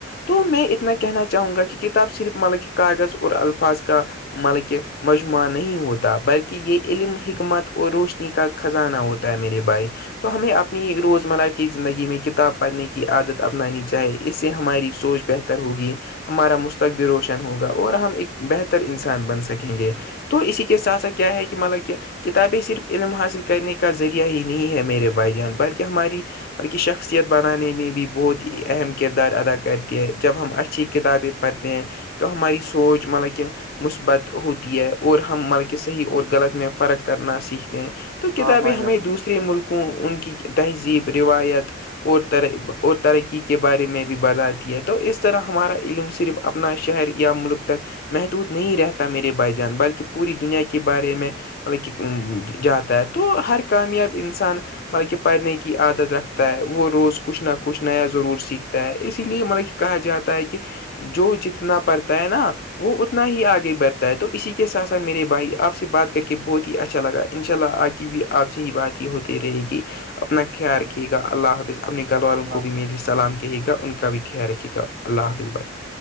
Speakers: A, on the left; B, on the right.
A: تو میں اتنا کہنا چاہوں گا کہ کنا کتاب صرف مطلب کہ کاغذ اور الفاظ کا مطلب کہ مجموعہ نہیں ہوتا بلکہ کہ یہ علم حکمت اور روشنی کا خزانہ ہوتا ہے میرے بھائی تو ہمیں اپنی روزمرہ کی زندگی میں کتاب پڑھنے کی عادت اپنانی چاہیے اس سے ہماری سوچ بہتر ہوگی ہمارا مستقبل روشن ہوگا اور ہم ایک بہتر انسان بن سکیں گے تو اسی کے س سا کیا ہے کہ مطلب کہ کتابیں صرف علم حاصل کرنے کا ذریعہ ہی نہیں ہے میرے بھائی جان بلکہ ہماری ان کی شخصیت بنانے میں بھی بہت ہی
B: بالکل
A: اہم کردار ادا کرتی ہے جب ہم اچھی کتابیں پڑھتے ہیں تو ہماری سوچ مطلب کہ مثبت ہوتی ہے اور ہم مطلب کہ ہی اور غلط میں فرق کرنا سیکھتے ہیں تو
B: ہاں
A: کتابیں
B: بھائی
A: ہمیں
B: جان
A: دوسری تسر ملکوں ان کی تہذیب روایت اور اور ترقی کے بارے میں بھی بتاتی ہے تو اس طرح ہمارا علم صرف اپنا شہر یا ملک تک محدود نہیں رہتا میرے بھائی جان بلکہ پوری دنیا کی کے بارے میں مطلب کہ جاتا ہے تو ہر کامیاب انسان مطلب کہ پڑھنے کی عادت رکھتا ہے وہ روز کچھ نہ کچھ نیا ضرور سیکھتا ہے اسی لیے مطلب کہا جاتا ہے کہ جو جتنا پڑتا ہے نا وہ اتنا ہی آگے بڑھتا ہے تو اسی کے ساتھ ساتھ میرے بھائی آپ سے بات کر کے بہت ہی اچھا لگا ان شاء اللہ آ کے بھی آپ سے ہی بات ہی ہوتی رہے گی اپنا خیال
B: اللہ
A: رکھیے
B: بھائی
A: گا اللہ حافظ اپنے گل والاروں
B: اللہ
A: کو بھی میری سلام کہے گا ان کا بھی خیال رکے گا اللہ حافظ بھائی